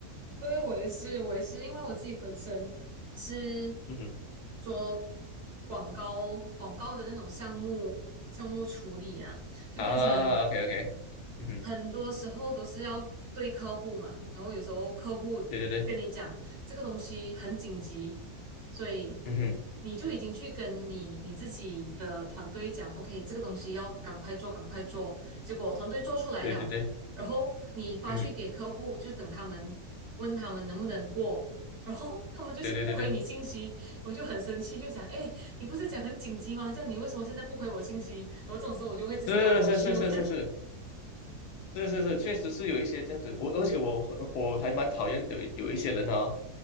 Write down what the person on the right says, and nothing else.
对，我也是，我也是，因为我自己本身是
做广告广告的那种项目项目处理啊，就变成
很多时候都是要对客户嘛，然后有时候客户跟你讲这个东西很紧急，
所以
你就已经去跟你你自己的团队讲，OK，这个东西要赶快做，赶快做，结果团队做出来了。
然后你发去给客户，
就等他们问他们能不能过，然后他们就是不回你信息，
我就很生气，就讲，哎，你不是讲很紧急吗？这样你为什么现在不回我信息？然后这种时候我就会直接打过去问，